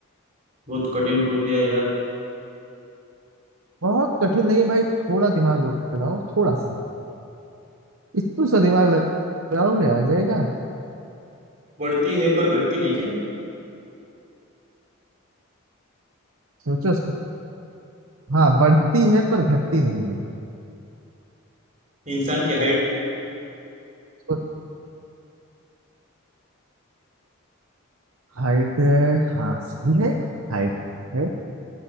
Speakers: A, on the right; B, on the right.
A: बहुत कठिन पूछ दिया यार
B: बहुत कठिन नहीं है भाई थोड़ा दिमाग लगाओ थोड़ा सा इतना सा दिमाग लगाओगे आ जाएगा
A: बढ़ती है पर घटती नहीं क्या
B: सोचो सो, हाँ बढ़ती है पर घटती नहीं है
A: इंसान की हाइट
B: तो हाइट है हाँ सही है हाइट है